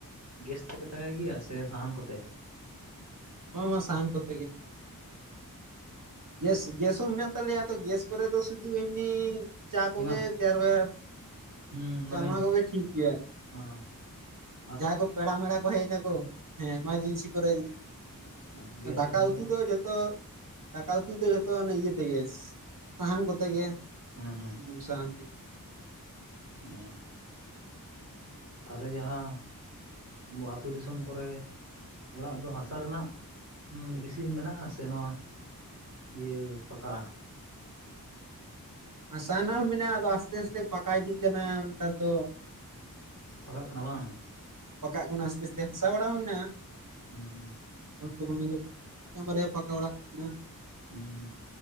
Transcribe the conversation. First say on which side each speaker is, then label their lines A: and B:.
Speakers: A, on the right; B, on the right.
A: ᱜᱮᱥ ᱛᱮᱯᱮ ᱛᱟᱠᱟᱭ ᱜᱮᱭᱟ ᱥᱮ ᱥᱟᱦᱟᱱ ᱠᱚᱛᱮ?
B: ᱢᱟ ᱢᱟ ᱥᱟᱱ ᱠᱚᱛᱮ ᱜᱮ ᱾ ᱜᱮᱥ ᱜᱮᱥ ᱦᱚᱸ ᱢᱮᱱᱟᱜ ᱛᱟᱞᱮᱭᱟ ᱜᱮᱥ ᱠᱚᱨᱮ ᱫᱚ ᱥᱩᱫᱩ ᱮᱢᱱᱤ ᱪᱟ ᱠᱚᱜᱮ
A: ᱮᱢᱟ
B: ᱛᱮᱭᱟᱨ ᱵᱮᱲᱟ
A: ᱦᱩᱸ
B: ᱪᱟᱢᱟ
A: ᱢᱟᱱᱮ
B: ᱠᱚᱜᱮ ᱴᱷᱤᱠ ᱜᱮᱭᱟ ᱾
A: ᱦᱮᱸ ᱾
B: ᱡᱟᱦᱟᱸᱭ ᱠᱚ ᱯᱮᱲᱟ ᱢᱮᱲᱟ ᱠᱚ ᱦᱮᱡ ᱱᱟᱠᱚ ᱦᱮᱸ ᱮᱢᱟᱨᱡᱮᱱᱥᱤ ᱠᱚᱨᱮ
A: ᱟᱪᱪᱷᱟ ᱜᱮᱥ
B: ᱫᱟᱠᱟ
A: ᱛᱮᱠᱷᱟᱱ
B: ᱩᱛᱩ
A: ᱵᱟᱝ
B: ᱫᱚ ᱡᱚᱛᱚ ᱫᱟᱠᱟ ᱩᱛᱩ ᱫᱚ ᱡᱚᱛᱚ ᱚᱱᱮ ᱤᱭᱟᱹᱛᱮᱜᱮ ᱜᱮᱥ ᱥᱟᱦᱟᱱ ᱠᱚᱛᱮ ᱜᱮ
A: ᱦᱮᱸ ᱦᱮᱸ
B: ᱦᱩ ᱥᱟᱦᱟᱱ ᱛᱮᱜᱮ ᱾
A: ᱚ ᱛᱟᱦᱞᱮ ᱡᱟᱦᱟᱸ ᱵᱚ ᱟᱹᱛᱩ ᱫᱤᱥᱚᱢ ᱠᱚᱨᱮ ᱚᱲᱟᱜ ᱫᱚ ᱦᱟᱥᱟ ᱨᱮᱱᱟᱜ ᱵᱤᱥᱤ ᱢᱮᱱᱟᱜᱼᱟ ᱥᱮ ᱱᱚᱣᱟ ᱤᱭᱟᱹ ᱯᱟᱠᱟ?
B: ᱦᱟᱥᱟ ᱨᱮᱱᱟᱜ ᱦᱚᱸ ᱢᱮᱱᱟᱜᱼᱟ ᱟᱫᱚ ᱟᱥᱛᱮ ᱟᱥᱛᱮ ᱯᱟᱠᱟ ᱤᱫᱤᱜ ᱠᱟᱱᱟ ᱱᱮᱛᱟᱨ ᱫᱚ ᱾
A: ᱯᱟᱠᱟᱜ ᱠᱟᱱᱟ ᱵᱟᱝ?
B: ᱯᱟᱠᱟᱜ ᱠᱟᱱᱟ ᱟᱥᱛᱮ ᱟᱥᱛᱮ ᱦᱟᱥᱟ ᱵᱟᱲᱟ ᱦᱚᱸ ᱢᱮᱱᱟᱜᱼᱟ ᱾
A: ᱦᱩᱸ ᱾
B: ᱵᱟᱝ ᱫᱚ ᱵᱟᱝ ᱟᱫᱚ ᱢᱤᱫᱴᱟᱝ ᱵᱟᱨᱭᱟ ᱯᱟᱠᱟ ᱚᱲᱟᱜ <unintelligible>
A: ᱦᱩᱸ